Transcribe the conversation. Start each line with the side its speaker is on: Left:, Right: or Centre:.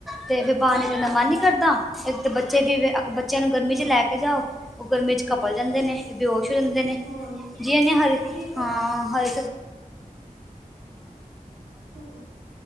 Centre: ਤੇ ਫਿਰ ਬਾਹਰ ਨਿਕਲਣ
Right: ਨੇ
Centre: ਦਾ ਮਨ ਨਹੀਂ ਕਰਦਾ ਇੱਕ ਤਾਂ, ਬੱਚੇ ਫ ਬੱਚਿਆਂ ਨੂੰ ਗਰਮੀ'ਚ ਲੈਕੇ ਜਾਓ, ਉਹ ਗਰਮੀ' ਚ ਘਪਲ ਜਾਂਦੇ ਨੇ ਬਓ ਦੇਂਦੇ ਨੇ,
Right: ਫੋਨ ਕੇ
Centre: ਜੇ ਇਹਨੇ ਹਰ <unintelligible>
Right: ਕੀ ਕਰ
Centre: -ਹਾੰ।
Right: ਬੱਚੇ ਦਾ ਹੂੰ,